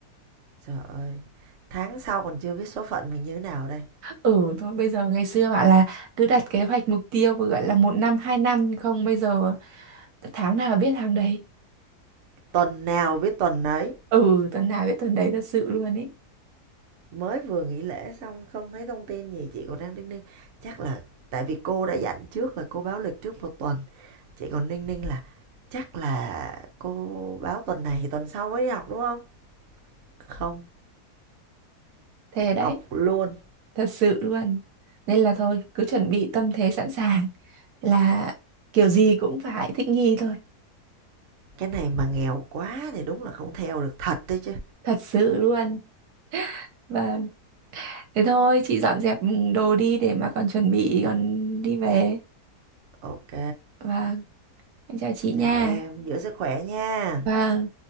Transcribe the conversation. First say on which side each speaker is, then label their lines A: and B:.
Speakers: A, on the right; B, on the right.
A: trời ơi, tháng sau còn chưa biết số phận mình như thế nào đây.
B: ừ thôi bây giờ ngày xưa bảo là cứ đặt kế hoạch mục tiêu vừa gọi là một năm hai năm nhưng không bây giờ tháng nào biết tháng đấy
A: Tuần nào biết tuần nấy.
B: ừ tuần nào biết tuần đấy thật sự luôn ấy
A: Mới vừa nghỉ lễ xong không thấy thông tin gì, chị còn đang đinh ninh. Chắc là tại vì cô đã dặn trước là cô báo lịch trước một tuần, chị còn đinh ninh là chắc là cô báo tuần này thì tuần sau mới đi học, đúng không? Không,
B: thế đấy
A: học luôn.
B: thật sự luôn nên là thôi cứ chuẩn bị tâm thế sẵn sàng là kiểu gì cũng phải thích nghi thôi
A: cái này mà nghèo quá thì đúng là không theo được thật đấy chứ
B: thật sự luôn và thế thôi chị dọn dẹp đồ đi để mà còn chuẩn bị còn đi về
A: ok
B: và em chào chị nha
A: chào em giữ sức khỏe nha
B: và